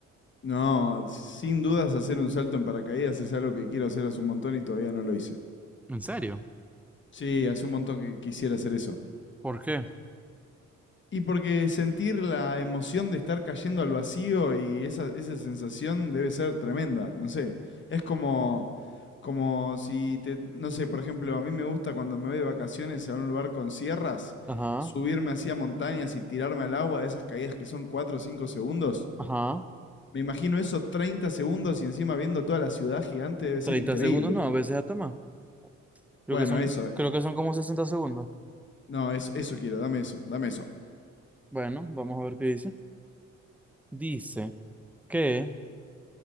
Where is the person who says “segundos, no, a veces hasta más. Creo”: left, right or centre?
Centre